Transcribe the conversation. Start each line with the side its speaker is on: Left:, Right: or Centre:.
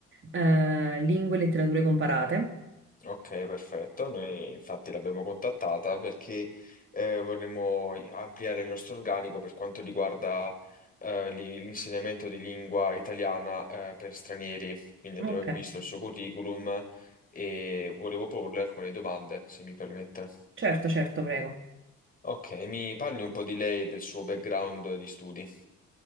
Right: Eh, lingue e letterature comparate?
Left: Ok, perfetto, noi infatti l'abbiamo contattata perché eh, vorremmo ampliare il nostro organico per quanto riguarda eh, li- l'insegnamento di lingua italiana eh, per stranieri, quindi abbiamo
Right: Ok,
Left: visto il suo curriculum e volevo porle alcune domande, se mi permette.
Right: certo, certo, prego.
Left: Ok, mi parli un po' di lei e del suo background di studi.